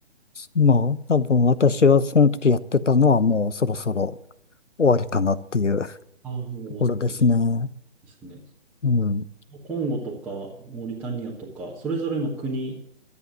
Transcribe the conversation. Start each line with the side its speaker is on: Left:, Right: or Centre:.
Left: まあ、多分私はその時やってたのはもうそろそろ終わりかなっていう
Centre: ああ、もう終わってしまうんですね。
Left: ところですね。うん。
Centre: コンゴとか、モーリタニアとか、それぞれの国